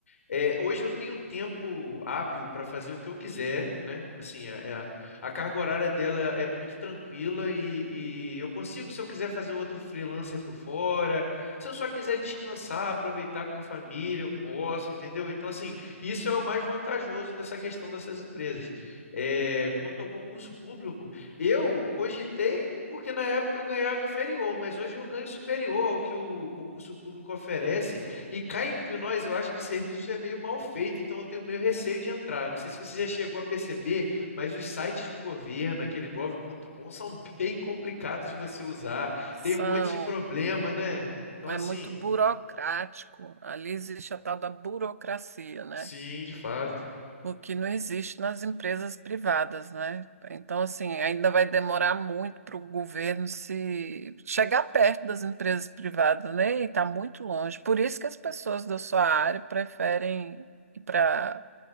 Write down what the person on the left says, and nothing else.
É, hoje eu tenho tempo hábil para fazer o que eu quiser, né? Assim, a, a- a carga horária dela é muito tranquila e, e eu consigo, se eu quiser fazer outro freelancer por fora, se eu só quiser descansar, aproveitar com a família, eu posso, entendeu? Então, assim, isso é o mais vantajoso dessa questão dessas empresas. É, quanto ao concurso público, eu cogitei porque na época eu ganhava inferior, mas hoje eu ganho superior ao que o concurso público oferece. E cá entre nós, eu acho que o serviço é meio mal feito, então eu tenho meio receio de entrar. Não sei se você já chegou a perceber, mas os sites do governo, aquele gov.com, são <laughs> bem complicados de você usar.
Tem um monte de problema, né? Então,
assim,
sim, de fato.